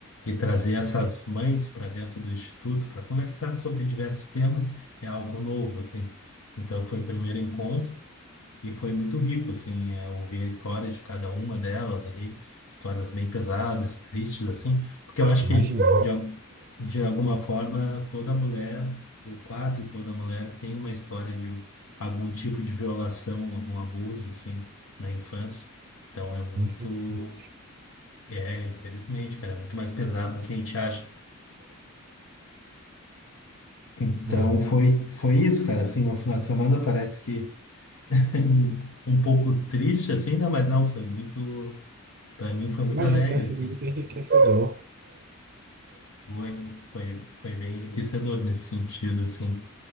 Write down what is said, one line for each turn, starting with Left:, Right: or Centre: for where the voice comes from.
Left: e trazer essas mães para dentro do Instituto para conversar sobre diversos temas, é algo novo, assim. Então, foi o primeiro encontro. E foi muito rico, assim, é, ouvir a história de cada uma delas ali, histórias bem pesadas, tristes, assim, porque eu acho
Right: imagino.
Left: que, de, al- de alguma forma, toda mulher, ou quase toda mulher, tem uma história de algum tipo de violação, algum abuso, assim, na infância. Então é muito,
Right: Infelizmente.
Left: é, infelizmente, cara, é muito mais pesado do que a gente acha. Então
Right: É.
Left: foi, foi isso, cara, assim, meu final de semana parece que <laughs> um, um pouco triste, assim, né? Mas não, foi muito. Para mim foi muito
Right: Imagino
Left: alegre,
Right: que tenha sido
Left: assim.
Right: muito enriquecedor.
Left: Foi, foi, foi bem enriquecedor nesse sentido, assim.